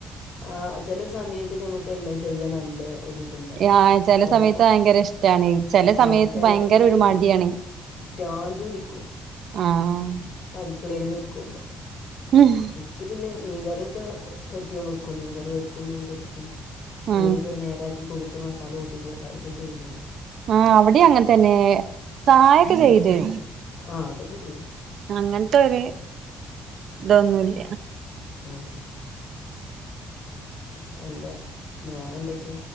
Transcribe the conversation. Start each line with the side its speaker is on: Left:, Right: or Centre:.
Left: ആഹ് ചെലെ സമയത്ത് നമ്മക്ക് എല്ലാം ചെയ്യാ നല്ലെ ഒരിത്ണ്ടാവും
Right: ആ ചെല
Left: ചെല്പ്പോ
Right: സമയത്ത് ഭയങ്കര ഇഷ്ടാണ് ചെല
Left: ആഹ്
Right: സമയത്ത്
Left: ചെലപ്പോ
Right: ഭയങ്കര
Left: ഇങ്ങട്ട്
Right: ഒരു മടിയാണ്
Left: ഭ്രാന്തു പിടിക്കു
Right: ആഹ്
Left: അട്ക്കളേല് നിക്കുമ്പോ
Right: ഉംഹ്
Left: ഇക്കി പിന്നെ മീൻ കറിയൊക്കെ കെട്ടിയോൻ വെക്കും മീൻ കറി വെക്കും മീൻ പൊരിക്കും
Right: ആ
Left: മീനൊക്കെ നേരാക്കി കൊടുത്ത് മസാല ഊട്ടി കൊടുത്ത ഒക്കെ ചെയ്തരും
Right: ആഹ് അവടിം അങ്ങൻത്തന്നെ സഹായെക്കെ
Left: ആ
Right: ചെയ്തരും
Left: ആ അതൊക്കെ ചെയ്യും
Right: അങ്ങൻത്തൊര് ഇതൊന്നുല്ല
Left: മ് എന്താ വേറെ എന്തെക്കെ